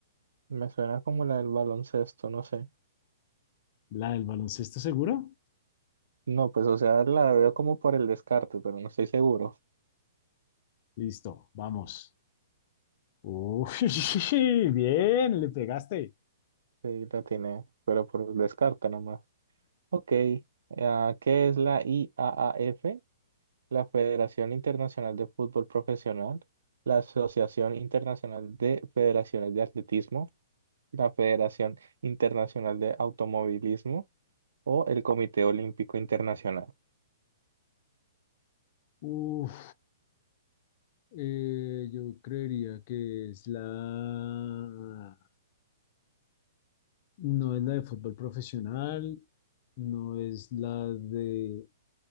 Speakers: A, on the right; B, on the left.
A: me suena como la del baloncesto, no sé.
B: ¿La del baloncesto seguro?
A: No, pues o sea, la veo como por el descarte, pero no estoy seguro.
B: Listo, vamos. Uy, <laughs> bien, le pegaste.
A: Sí, la tiene, pero por el descarte nomás. Ok, ah, ¿qué es la IAAF? La Federación Internacional de Fútbol Profesional, la Asociación Internacional de Federaciones de Atletismo, la Federación Internacional de Automovilismo o el Comité Olímpico Internacional.
B: Uf, eh, yo creería que es la No es la de fútbol profesional, no es la de,